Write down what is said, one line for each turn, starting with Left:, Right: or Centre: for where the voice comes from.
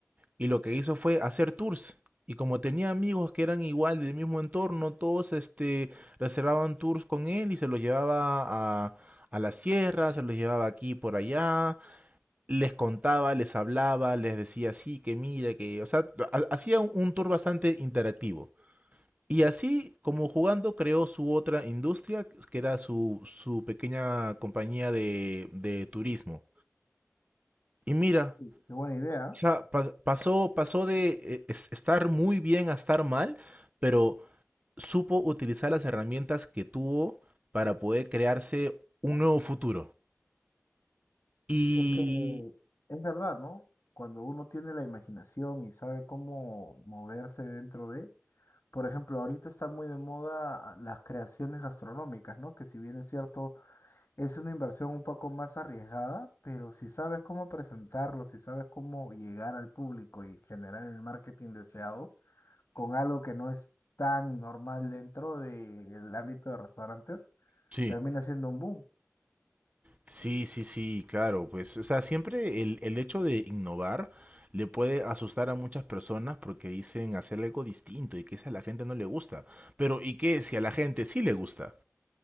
Right: y lo que hizo fue hacer tours. Y como tenía amigos que eran igual del mismo entorno, todos este, reservaban tours con él y se los llevaba a, a la sierra, se los llevaba aquí por allá, les contaba, les hablaba, les decía sí, que mira, que... O sea, ha- hacía un, un tour bastante interactivo. Y así, como jugando, creó su otra industria, que era su, su pequeña compañía de, de turismo. Y mira,
Left: sí, Qué buena idea.
Right: o sea, pas- pasó, pasó de eh, es- estar muy bien a estar mal, pero supo utilizar las herramientas que tuvo para poder crearse un nuevo futuro. Y
Left: Es que es verdad, ¿no? Cuando uno tiene la imaginación y sabe cómo moverse dentro de, por ejemplo, ahorita está muy de moda ah, las creaciones gastronómicas, ¿no? Que si bien es cierto, es una inversión un poco más arriesgada, pero si sabes cómo presentarlo, si sabes cómo llegar al público y generar el marketing deseado con algo que no es tan normal dentro del ámbito de restaurantes,
Right: sí,
Left: termina siendo un boom.
Right: sí, sí, sí, claro, pues, o sea, siempre el, el hecho de innovar le puede asustar a muchas personas porque dicen hacer algo distinto y que eso a la gente no le gusta. Pero, ¿y qué si a la gente sí le gusta?